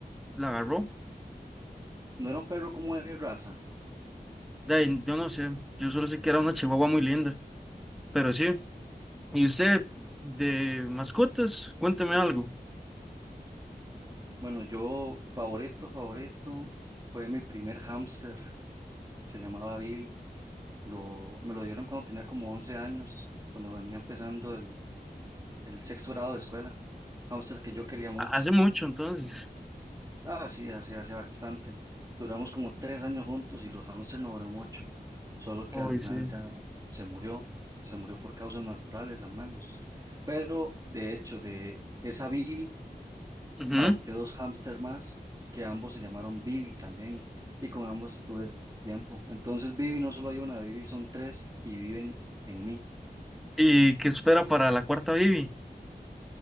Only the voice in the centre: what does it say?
la agarró,
de ahí, yo no sé, yo solo sé que era una chihuahua muy linda, pero sí. ¿Y usted de mascotas? Cuénteme algo.
Hace mucho entonces.
Hoy
sí.
Ujú.
¿Y qué espera para la cuarta Bibi?